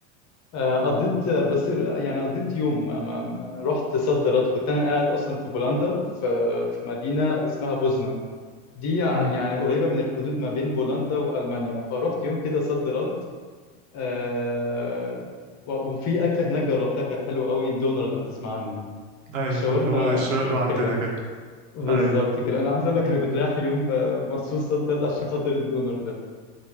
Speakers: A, on the left; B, on the right.
A: آه، قضيت بس يعني قضيت يوم ما ما- ما- رحت صد رد كنت انا قاعد اصلا في بولندا في في مدينة اسمها بوزنان دي يع-
B: أمم.
A: يعني قريبة من الحدود ما بين بولندا وألمانيا فرحت يوم كده صد رد آه و- وفي أكلة هناك جربتها كانت حلوة قوي الدونر لو بتسمع عنه
B: ايوه
A: الشاورما
B: اللي هو ده الشاورما
A: تركية
B: عندنا كده
A: بالظبط
B: ايوه
A: كده أنا عايز أقول لك أنا كنت رايح يوم آه، مخصوص صد رد عشان خاطر الدونر ده